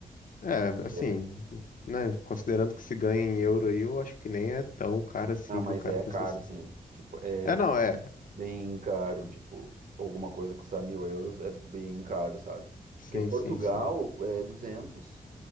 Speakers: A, on the left; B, on the right.
A: É,
B: a carteira.
A: assim, né? Considerando que se ganha em euro aí, eu acho que nem é tão caro assim,
B: Ah, mas
A: viu, cara,
B: é
A: pra
B: caro,
A: ser sincero.
B: sim. Tipo, é
A: É, não, é.
B: bem caro.
A: Tipo,
B: Tipo, alguma coisa custar mil euros é bem caro, sabe?
A: sim,
B: Porque em Portugal
A: sim, sim.
B: é duzentos